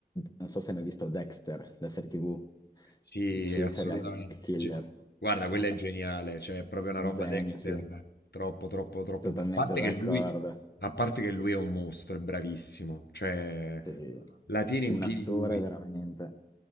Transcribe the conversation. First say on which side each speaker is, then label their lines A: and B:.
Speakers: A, on the left; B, on the left.
A: non so se hai mai visto Dexter, la serie TV,
B: Sì, Quindi
A: sul
B: assolutamente.
A: serial killer.
B: Ge- guarda,
A: <laughs>
B: quella è geniale, cioè è proprio una
A: Un
B: roba
A: genio,
B: Dexter,
A: sì,
B: troppo, troppo, troppo
A: totalmente
B: be- A parte
A: d'accordo.
B: che lui, a parte che lui è un mostro, è bravissimo, cioè
A: Sì,
B: la tiene
A: Un
B: in piedi
A: attore
B: lui.
A: veramente,